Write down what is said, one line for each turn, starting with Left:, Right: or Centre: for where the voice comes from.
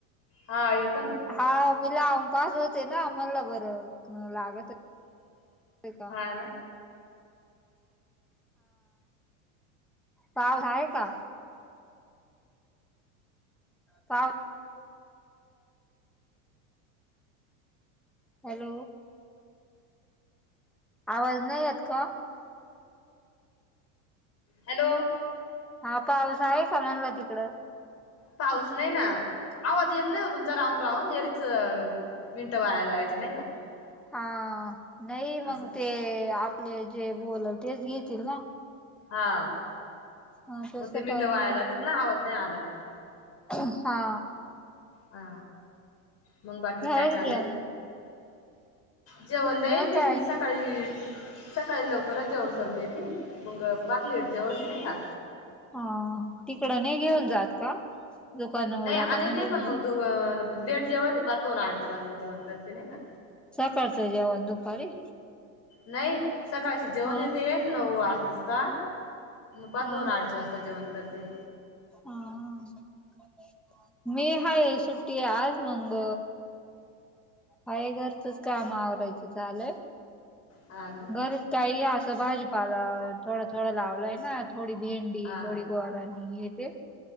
Left: हा आ येतो ना
Centre: हा मी लामपास होते ना आमला बरं लागत हो का
Left: हा ना
Centre: हाव आहे का पाव हॅलो आवाज नाही आहेत का
Left: हॅलो
Centre: हा पाऊस आहे का म्हनला तिकडं
Left: पाऊस नाही ना आवाज येत नाही हो तुमचा राहून राहून हेरीच मिंट वायला जायच नाही का
Centre: हा नाही मंग
Left: असं
Centre: ते आपले जे बलाल तेच घेतील ना
Left: हा
Centre: हा तसं
Left: मग तेनी
Centre: काही
Left: ते वाया
Centre: नाही
Left: जातात ना आवाज नाही आला का
Centre: <unintelligible> हा
Left: हा मग बाकी
Centre: झालं
Left: काय चालय
Centre: का जेवण
Left: जेवण नाही
Centre: मग
Left: मी
Centre: काय
Left: मी सकाळी
Centre: नाही
Left: सकाळी लवकरच जेवण करून येते मग पार लट जेव्हाची नाही का
Centre: ह तिकडं नाही घेऊन जात का दुकानावरडापाणी
Left: नाही आणि ते
Centre: घेऊन
Left: पण
Centre: जात
Left: लेट जेवते पर दोन आठच वाज जेवण करते नाही का
Centre: सकारता्या वंद दुपारी
Left: नाही सकाळशी जेवण
Centre: ह
Left: येते येन नऊ वाजता पर
Centre: हा
Left: दोन आड स्वस्त जेवण करतील
Centre: हा हा मी हाय सुट्टी आज मग अय घरचंच काम आवरायचं झालंय
Left: हा ना
Centre: बर काही असं भाजीपाला थोडं थोडं लावलंय ना थोडी भेंडी
Left: हा
Centre: थोडी ग्ारनी हे ते